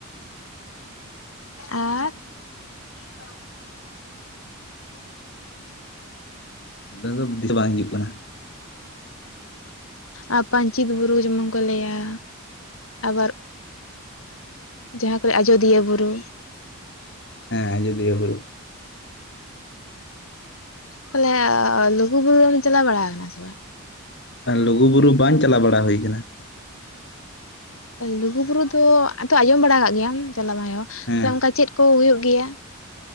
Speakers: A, on the left; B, on the left.
A: ᱟᱨ <inaudible>
B: ᱟᱫᱚ ᱫᱤᱥᱳ ᱵᱟᱝ ᱦᱤᱡᱩᱜ ᱠᱟᱱᱟ᱾
A: ᱟᱨ ᱯᱟᱧᱪᱤᱛ ᱵᱩᱨᱩ ᱡᱮᱢᱚᱱ ᱠᱚ ᱞᱮᱭᱟ᱾ ᱟᱵᱟᱨ ᱡᱟᱦᱟᱸ ᱠᱚᱨᱮ ᱟᱡᱚᱫᱤᱭᱟᱹ ᱵᱩᱨᱩ᱾
B: ᱦᱮᱸ ᱟᱡᱳᱫᱤᱭᱟᱹ ᱵᱩᱨᱩ,
A: ᱯᱟᱞᱮ ᱞᱳᱜᱩ ᱵᱩᱨᱩ ᱨᱮᱢ ᱪᱟᱞᱟᱣ ᱵᱟᱲᱟ ᱠᱟᱱᱟ ᱥᱮ ᱵᱟᱝ?
B: ᱞᱳᱜᱩ ᱵᱩᱨᱩ ᱵᱟᱝ ᱪᱟᱞᱟ ᱵᱟᱲᱟ ᱦᱳᱭ ᱠᱟᱱᱟ᱾
A: ᱞᱩᱜᱩ ᱵᱩᱨᱩ ᱫᱚ ᱟᱛᱚ ᱟᱸᱡᱚᱢ ᱵᱟᱲᱟ ᱠᱟᱜ ᱜᱮᱭᱟᱢ ᱪᱟᱞᱟᱣ ᱵᱟᱝ ᱨᱮᱦᱚᱸ
B: ᱦᱮᱸ
A: ᱛᱚᱵᱮ ᱚᱱᱠᱟ ᱪᱮᱫ ᱠᱚ ᱦᱩᱭᱩᱜ ᱜᱮᱭᱟ?